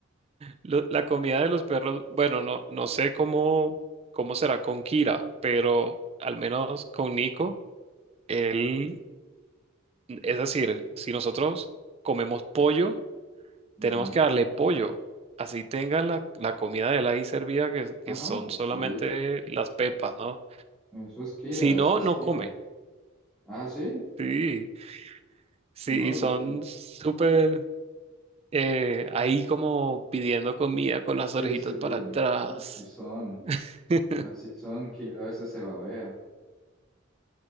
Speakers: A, on the right (about 30°); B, in the centre.
A: lo- la comida de los perros, bueno, no, no sé cómo, cómo será con Kira, pero al menos con Nico, él, es decir, si nosotros comemos pollo,
B: Ujú.
A: tenemos que darle pollo. Así tenga la, la comida de él ahí servida, que,
B: Ah,
A: que son
B: pues
A: solamente
B: sí,
A: las pepas, ¿no?
B: eso es Kira,
A: Si
B: así
A: no,
B: es
A: no
B: Kira.
A: come.
B: Ah, sí,
A: Sí, sí,
B: no,
A: y
B: lo
A: son
B: que,
A: súper. eh, ahí como pidiendo comida con las
B: Sí,
A: orejitas
B: sí,
A: para atrás.
B: así son,
A: <laughs>
B: así son, Kira a veces se babea.